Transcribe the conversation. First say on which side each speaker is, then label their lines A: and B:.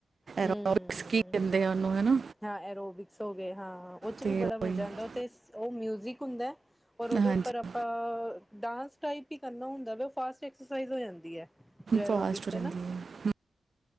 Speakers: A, in the centre; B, on the right.
A: ਹਮ
B: ਰੋੋਕ ਕੀ ਕਿੰਦੇ ਆ ਉਹਨੂੰ। ਹੈ ਨਾ
A: ਹਾਂ। ਐਰੋਬਿਕਸ ਹੋ ਗਏ ਹਾਂ। ਉਹ ਚ
B: ਤੇ
A: 'ਵੀ ਬੜਾ
B: ਉਹੀ
A: ਮਜ਼ਾ ਆਉਂਦਾ। ਉਹ ਤੇ ਉਹ ਮਿਊਜਿਕ ਹੁੰਦਾ। ਔਰ ਉਹਦੇ
B: ਹਾਂਜੀ
A: ਉਪਰ ਆਪਾਂ ਡਾਂਸ ਹੀ ਕਰਨਾ ਹੁੰਦਾ ਫਸਟ ਐਕਸੀਜ ਹੋ ਜਾਂਦੀ ਹੈ। ਜੋਰੋਬਿਕਸ।
B: ਫਾਸਟ ਹੋ ਜਾਂਦੀ
A: ਹਮ।
B: ਹੈ